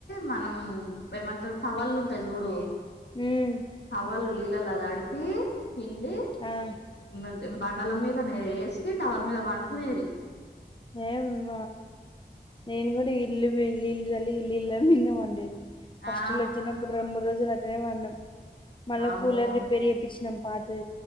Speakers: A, on the left; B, on the left.
A: మనం ఏమంట టవల్లుు ఉంటాయి చూడు
B: ఉమ్
A: టవాల్ నీళల తడిపి పి పిడి
B: ఆ
A: బండల మీద నే వేసి టవల్ మీద పడుకునేది
B: ఏవ్వ నేను కూడ ఇల్లు మ ఇల్లు చల్లి ఇల్లు ఇల్లు మిద వండేది ఫస్ట్లుచ్చినప్పుడు
A: ఆ
B: రెండ్ మూడు రోజులు అట్లనే వాడినాం మళ్ళా
A: అమ్మో
B: కూలర్ రిపేర్ చేపిచ్చినాం పాతి